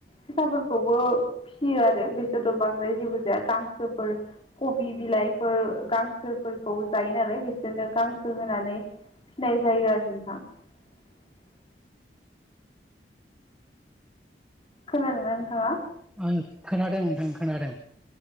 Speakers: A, on the left; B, in the centre.
A: सेसाफोरखौबो फिसियो आरो बेसोरथ' बांद्राय जेबो जाया गांसोफोर कबि बिलाइ बिलाइफोर गां सोफोरखौ जायो नालाय बिसोरनो गांसो होनानै फिनाय जायो आरो नोंथां। <unintelligible> खोनादोंना नोंथाङा।
B: आं खोनादों नोंथां खोनादों